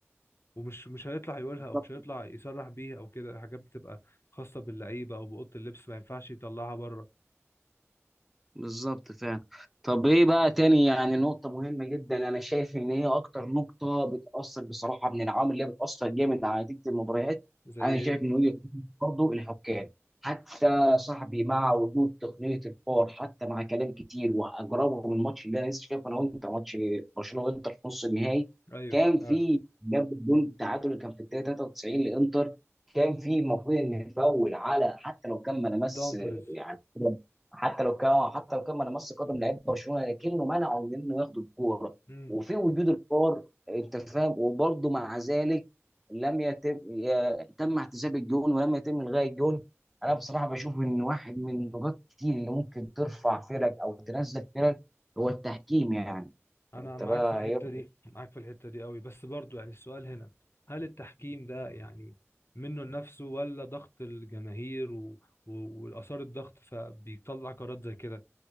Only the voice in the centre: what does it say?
بالظبط
بالظبط فعلا طب ايه بقى تاني يعني نقطة مهمة جدا انا شايف ان هي اكتر نقطة بتأثر بصراحة من العوامل اللي هي بتأثر جامد على نتيجة المباريات
انا شايف ان هي برضه الحكام حتى صاحبي مع وجود تقنية الفار حتى مع كلام كتير واجربه من الماتش اللي انا لسه شايفه انا وانت ماتش برشلونة وانتر في نص النهائي
كان
في جاب الجون التعادل اللي كان في الدقيقة 93 لانتر كان في المفروض ان فاول على حتى لو كان ما لمس
يعني حتى لو كان حتى لو كان من مس قدم لعيب برشلونه لكنه منعه من انه ياخد الكوره
وفي وجود الفار انت فاهم وبرضه مع ذلك لم يتم يا- تم احتساب الجون ولم يتم الغاء الجون انا بصراحه بشوف ان واحد من النقاط كتير اللي ممكن ترفع فرق او تنزل فرق هو التحكيم يعني
انت
بقى
يرفع